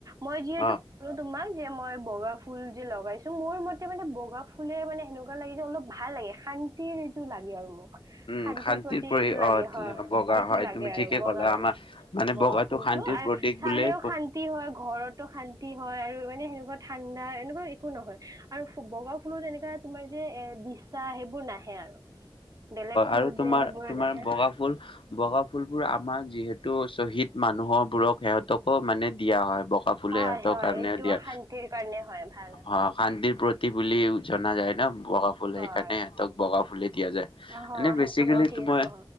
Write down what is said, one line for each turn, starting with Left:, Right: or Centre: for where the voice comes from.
Right: মই যিহেতু
Left: অ',
Right: তোমাক যে মই বগা ফুল যে লগাইছো মোৰ মতে মানে বগা ফুলে মানে এনেকোৱা লাগে যে অলপ ভাল লাগে শান্তিৰ এইটো লাগে আৰু মোক।
Left: উম,
Right: শান্তিৰ প্ৰতি
Left: পৰি
Right: এইটো লাগে
Left: অ',
Right: হয়,
Left: বগা
Right: সেইটো
Left: হয়
Right: লাগে
Left: তুমি ঠিকে
Right: আৰু বগাটো।
Left: ক'লা আমাৰ মানে
Right: বগা
Left: বগাটো
Right: ফুলতটো
Left: শান্তিৰ
Right: আৰু
Left: প্ৰতীক
Right: চালেও
Left: বুলিয়ে
Right: শান্তি। শান্তি হয়, ঘৰতো শান্তি হয় আৰু মানে সেনেকুৱা ঠাণ্ডা এনেকুৱা একো নহয় আৰু বগা ফুলত এনেকুৱা - তোমাৰ যে এ দিচা সেইবোৰ নাহে আৰু বেলেগ ফুলত
Left: আৰু তোমাৰ
Right: যে সেইবোৰ
Left: তোমাৰ
Right: নাহে।
Left: বগা ফুল। বগা ফুলবোৰ আমাৰ যিহেতু শ্বহীদ মানুহ বোৰক সিহঁতকো মানে দিয়া হয়। ফুলে
Right: হয়
Left: সিহঁতৰ
Right: হয়
Left: কাৰণে
Right: সেইটোও
Left: দিয়ে
Right: শান্তিৰ কাৰণে হয় ভাল হয়
Left: অঁ। শান্তিৰ প্ৰতিক বুলি জনা যায় ন বগা ফুল,
Right: হয়
Left: সেইকাৰণে সিহঁতক বগা ফুলে দিয়া যায়।
Right: অ
Left: এনে বেচিকেলি
Right: সেইটোকো দিয়ে
Left: টো মই -
Right: অ